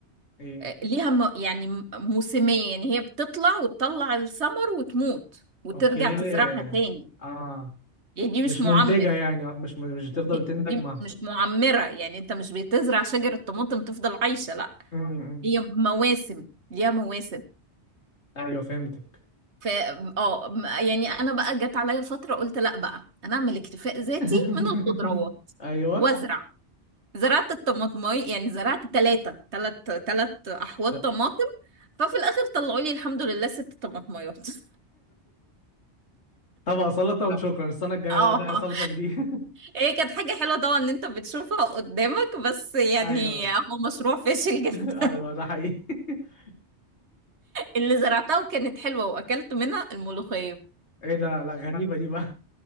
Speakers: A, on the left; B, on the right.
A: ايه
B: آه ليها م... يعني م- موسمية يعني هي بتطلع وتطلع الثمر وتموت وترجع
A: اوكي
B: تزرعها تاني
A: اه
B: يعني دي مش
A: مش
B: معمر
A: منتجة يعني اه مش مش بتفضل
B: دي,
A: تنتج
B: دي
A: محصول
B: مش معمرة يعني انت مش بتزرع شجر الطماطم تفضل عايشة لا
A: مم.
B: هي مواسم ليها مواسم
A: ايوه فهمتك
B: ف اه م- يعني انا بقى جت عليا فترة قلت لا بقى انا اعمل اكتفاء ذاتي
A: <laughs>
B: من الخضروات
A: ايوه
B: وازرع زرعت الطماطماي يعني زرعت ثلاثة ثلاث ثلاث احواض
A: ش-
B: طماطم ففي الاخر طلعوا لي الحمد لله ست طماطمايات <laughs>
A: طبق سلطة وشكرا السنة الجاية
B: اه
A: بقى طبق سلطة جديد <laughs>
B: هي كانت حاجة حلوة طبعا ان انت بتشوفها قدامك بس يعني
A: ايوه
B: هو مشروع فاشل جدا
A: <laughs> ايوه ده حقيقي <laughs>
B: اللي زرعتها وكانت حلوة واكلت منها الملوخية
A: ايه ده لا غريبه دي بقى